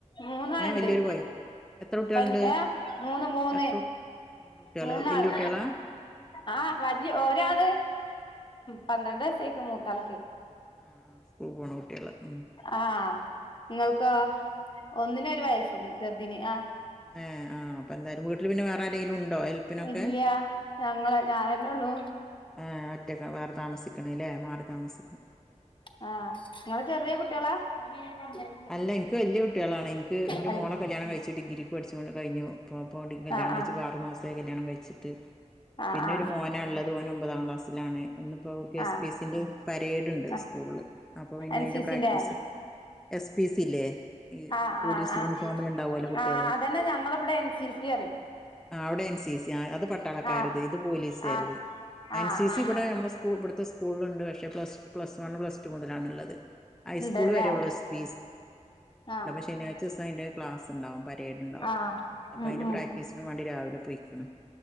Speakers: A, on the left; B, in the centre.
A: മൂന്നാളുണ്ട്,
B: ഏഹ് വലിയൊരു ബോയോ എത്ര കുട്ടികളുണ്ട്
A: വല മൂന്ന് മൂന്ന്
B: എത്ര കു മൂന്ന് കുട്ടികള്
A: മൂന്നാള്.
B: വല്യ കുട്ടികളാ
A: ആഹ് വല്യ ഒരാള് പന്ത്രണ്ട് വയസായേക്കണ് മൂത്താൾക്ക്.
B: ആഹ് ആഹ് സ്കൂളിൽ പോണ കുട്ടികള്. ഉം
A: ആഹ് നിങ്ങൾക്കൊ ഒന്നിന് ഒരു വയസും, ചെറുതിന് ആഹ്
B: ഏഹ് ആഹ് അപ്പ എന്തായാലും വീട്ടില് പിന്നെ വേറെ ആരെങ്കിലും ഉണ്ടോ? ഹെൽപ്പിനൊക്കെ.
A: ഇല്ല ഞങ്ങള് ഞാൻ തന്നെ ഉള്ളൂ.
B: ആഹ് ഒറ്റയ്ക്ക മാറി താമസിക്കണ് അല്ലേ, മാറി താമസിക്കണ്.
A: ആഹ് നിങ്ങള് ചെറിയ കുട്ടികളാ <unintelligible>
B: അല്ല, എനിക്ക് വലിയ കുട്ടികളാണ്. എനിക്ക് എൻ്റെ
A: അല്ല
B: മോളെ കല്യാണം കഴിച്ചു ഡിഗ്രിക്ക് പഠിച്ചുകൊണ്ട് കഴിഞ്ഞു. <unintelligible> കല്യാണം
A: ആ
B: കഴിച്ചപ്പോൾ
A: ആ
B: ആറ് മാസം. കല്യാണം കഴിച്ചിട്ട്
A: ആ
B: പിന്നെ
A: ആ
B: ഒരു മോനാ ഉള്ളത്. മോൻ ഒമ്പതാം ക്ലാസ്സിലാണ്. ഇന്നിപ്പോ എസ്
A: ആ
B: പി സിൻ്റെ പരേഡ് ഉണ്ട്.
A: ആ
B: സ്കൂളില് അപ്പോൾ പിന്നെ
A: എൻ
B: അതിൻ്റെ
A: സി
B: പ്രാക്ടീസ്.
A: സിന്റെ
B: എസ് പി സി ഇല്ലേ ഈ
A: ആ
B: പോലീസ്
A: ആ ആ
B: യൂണിഫോമിൽ ഉണ്ടാവുമല്ലോ കുട്ടികള്.
A: ആ അതന്നെ ഞങ്ങളിവിടെ എൻ സി സി പറയും
B: ആഹ് അവിടെ എൻ സി സി, ആഹ് അത് പട്ടാളക്കാരത്,
A: ആ
B: ഇത് പോലീസ്കാരത്.
A: ആ
B: എൻ
A: ആ
B: സി
A: ആ
B: സി ഇവിടെ
A: ആ
B: നമ്മളുടെ സ് ഇവിടുത്തെ സ്കൂളിലുണ്ട്. പക്ഷെ plus plus one, plus two മുതലാണുള്ളത്. ഹൈസ്കൂൾ
A: ഉണ്ടല്ലേ
B: വരെയുള്ളു. <unintelligible>
A: ആ
B: ശനിയാഴ്ച ദിവസം അതിൻ്റെ ക്ലാസ്സ് ഉണ്ടാവും, പരേഡ്ണ്ടാവും,
A: ആഹ്
B: അപ്പോ
A: ഉം
B: അതിൻ്റെ
A: ഉം
B: പ്രാക്‌ടിസ്. സിന് വേണ്ടി രാവിലെ പോയിക്കണ്